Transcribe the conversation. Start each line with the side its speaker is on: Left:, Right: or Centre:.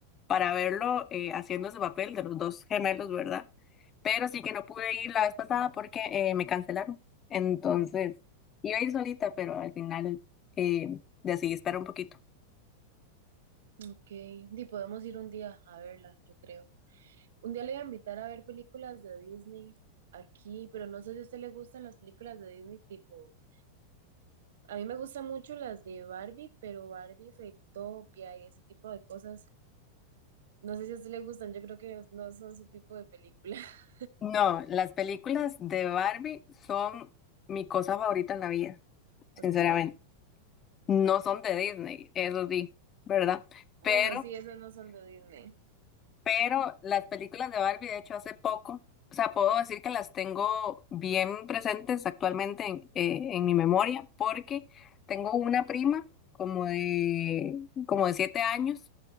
Left: para verlo eh, haciendo ese papel de los dos gemelos, ¿verdad? Pero sí que no pude ir la vez pasada porque eh, me cancelaron. Entonces, iba a ir solita, pero al final eh, decidí esperar un poquito.
Right: Ok. Y podemos ir un día a verla, yo creo. Un día le voy a invitar a ver películas de Disney aquí, pero no sé si a usted le gustan las películas de Disney tipo A mí me gustan mucho las de Barbie, pero Barbie, Fairytopia y ese tipo de cosas. No sé si a usted le gustan, yo creo que no son su tipo de película. <laughs>
Left: No, las películas de Barbie son mi cosa favorita en la vida,
Right: Ok.
Left: sinceramente. No son de Disney, eso sí, ¿verdad?
Right: Bueno,
Left: Pero
Right: sí, esas no son de Disney.
Left: Pero las películas de Barbie, de hecho, hace poco, o sea, puedo decir que las tengo bien presentes actualmente en, eh, en mi memoria, porque tengo una prima como de, como de siete años,